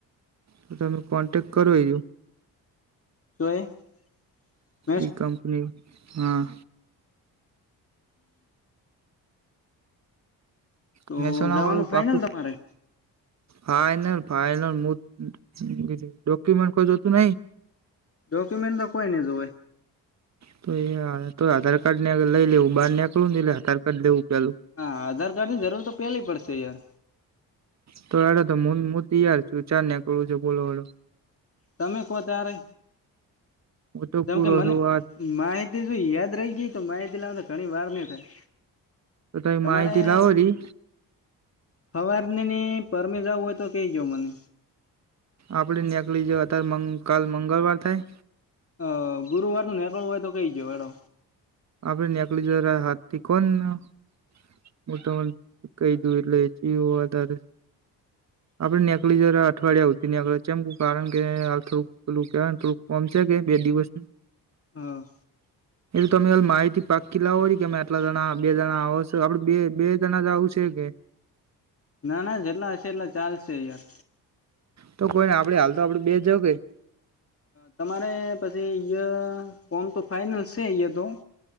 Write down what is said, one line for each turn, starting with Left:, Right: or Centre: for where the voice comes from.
Right: તો તમે કોન્ટેક્ટ કરો એજો
Left: <unintelligible>
Right: એ કમ્પની હા
Left: તો
Right: મહેસાણા
Left: જવાનું
Right: વાળું
Left: ફાઈનલ
Right: પાખું
Left: તમારે
Right: ફાઈનલ ફાઈનલ ડોક્યુમેન્ટ કોઈ જોતું નહી
Left: ડોક્યુમેન્ટ તો કોઈને જોવે
Right: તો એ તો આધાર કાર્ડ ને લઈ લેવું બહાર નીકળવું ને એલે આધાર કાર્ડ લેવું પેલું
Left: હા આધાર કાર્ડ ની જરૂર તો પેલી પડશે યાર
Right: તો હેડો તો <unintelligible> હું તીયાર છું ચાર નીકળવુંજો બોલો હેડો
Left: તમે કહો ત્યારે
Right: હું તો
Left: જેમ
Right: પૂરો
Left: કે મને
Right: છું વાત
Left: માહિતી જો યાદ રહી ગઈ તો માહિતી લાવતા ઘણી વાર નહ થાય.
Right: તો તમે
Left: તમારે
Right: માહિતી લાવો રી
Left: હવારનેની પરમી જવું હોય તો કેય જો મને
Right: આપણે નેકળી જ અત્યારે કાલ મંગળવાર થાય
Left: અ ગુરુવાર નું નીકળું હોય તો કઈ દયો હેડો
Right: આપણે <unintelligible> <unintelligible> એટલે જીવ વધારે
Left: <unintelligible>
Right: આપડે <unintelligible> જય અઠવાડિયા આવતી નેકલીસ એમ કારણ કે થોડું પેલું કેવા ને થોડું <unintelligible> કે બે દિવસ
Left: હા
Right: તમે હ માહિતી પાકી લાવો છ કે અમે આટલા જણા બે જણા આવો છ આપડે બે બે જણા જ આવું છે કે
Left: ના ના જેટલા હશે એટલા ચાલશે યાર
Right: તો કોઈ ને આપડે હાલ તો આપડે બે જ જાાવ કે
Left: તમારે પછી ફોમ તો ફાાઈનલ છે હી તો